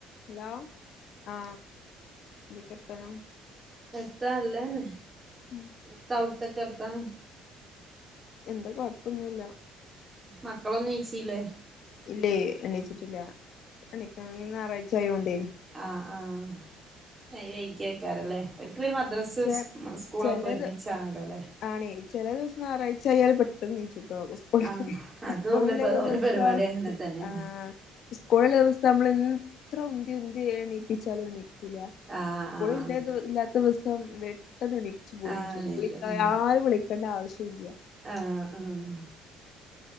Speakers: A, on the left; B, on the right.
A: Hello ആ വിളിക്കട്ടെ ഞാൻ
B: എത്രാ അല്ലേന്ന
A: <unintelligible>
B: എന്താവിടുത്ത വർത്താനം
A: എന്താ കൊഴപ്പൊന്നുമില്ല
B: മക്കളൊന്നും നീച്ചില്ലേ
A: ഇല്ല അണയിച്ചിട്ടില്ലനക്ക അ ഞായറഴ്ച ആയോണ്ടേ
B: ആ ആഹ എഴക്ക് വെക്കാറല്ലേ ഒൽക്ക് പിന്നെ മദ്രാസ്
A: ചെ
B: സ്കൂളൊക്കെ
A: ചെലത്
B: ഒരുമിച്ചാണല്ലോ ല്ലേ
A: ആണേ ചെല ദിവസം ഞായറാഴ്ച അയാൽ പെട്ടെന്ന് നീചൂട്ടോ സ്കൂള
B: ആഹ് അത്
A: സ്കൂളില
B: ഓലെ
A: വ്യവസ്ഥ
B: ഓലെ പരിപാടി അങ്ങനെ തന്നെയാണ്
A: ആഹ് സ്കൂളിൽ വ്യവസ്ഥ നമ്മള് ൻ എത്ര ഉന്തി ഉന്തി എണീപ്പിച്ചാലും എണീ ക്കുല
B: ആഹ്
A: സ്കൂള്
B: ആഹ്
A: ഇല്ലേ ഇല്ലാത്ത ദിവസം പെട്ടെന്ന് എണീച്ചു പോരും
B: ആഹ്
A: ചെയ്യും
B: എണീറ്റു
A: വിളി
B: ഉം
A: ഓരെ വിളിക്കേണ്ട ആവശ്യല്ല
B: ആഹ് ആഹ്